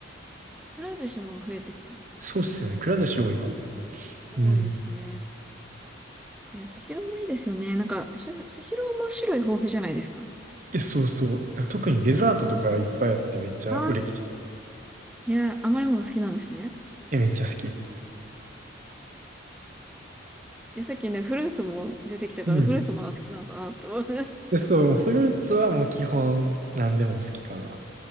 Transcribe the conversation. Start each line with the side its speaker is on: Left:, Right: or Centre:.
Centre: くら寿司も増えてきてます。
Right: そうっすよね。くら寿司多いかも。
Centre: 多いですね。
Right: うん。
Centre: いや、スシローもいいですよね。なんか、しゅスシローも種類豊富じゃないですか。
Right: え、そうそう。だから特にデザートとかいっぱいあってめっちゃ嬉しい。
Centre: うんうん。ああ。いや、甘いもの好きなんですね。
Right: え、めっちゃ好き。
Centre: いや、さっきね、フルーツも出てきたから、
Right: うん。
Centre: フルーツも好きなんだなと
Right: で、そう、フルーツはもう基本何でも好きかな。